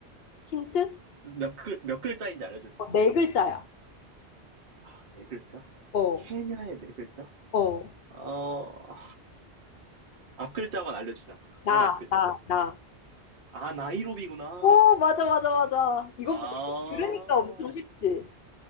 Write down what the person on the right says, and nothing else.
몇 글, 몇 글자인지 알려줄 수
있어?
아, 네 글자?
케냐의 네 글자?
어, 앞 글자만 알려주자.
맨 앞 글자만.
아, 나이로비구나.
아,